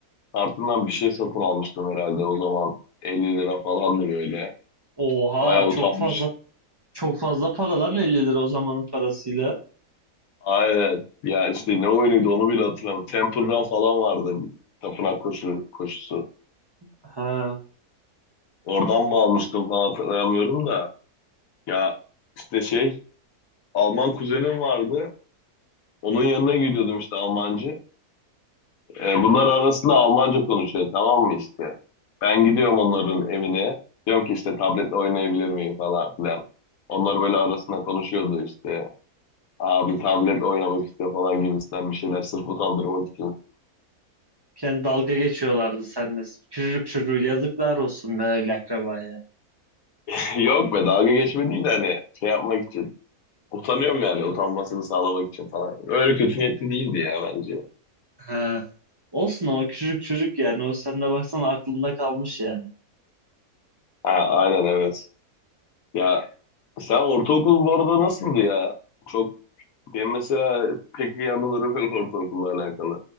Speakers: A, on the left; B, on the right.
A: kartından bir şey satın almıştım herhalde o zaman. 50 lira falandı böyle.
B: Oha
A: Bayağı
B: çok
A: utanmış.
B: fazla çok fazla para lan 50 lira o zamanın parasıyla.
A: Aynen. Ya işte ne oyunuydu onu bile hatırlamıyorum. Temple Run falan vardı. Tapınak koşu, koşusu.
B: Ha.
A: Oradan mı almıştım falan hatırlamıyorum da. Ya işte şey Alman kuzenim vardı. Onun yanına gidiyordum işte Almancı. E, bunlar arasında Almanca konuşuyor tamam mı işte. Ben gidiyorum onların evine. Diyorum ki işte tabletle oynayabilir miyim falan filan. Onlar böyle arasında konuşuyordu işte. Abi tabletle oynamak istiyor falan gibisinden bir şeyler sırf utandırmak için.
B: Kendi dalga geçiyorlardı seninle. Küçücük çocuğu yazıklar olsun be öyle akrabaya.
A: <laughs> Yok be dalga geçme değil de hani şey yapmak için. Utanıyorum yani utanmasını sağlamak için falan. Öyle kötü niyetli değildi ya bence.
B: Ha. Olsun ama küçücük çocuk yani. O sen de baksana aklında kalmış yani.
A: Ha, aynen evet. Ya sen ortaokul bu arada nasıldı ya? Çok benim mesela pek iyi anılarım <laughs> yok ortaokulla alakalı.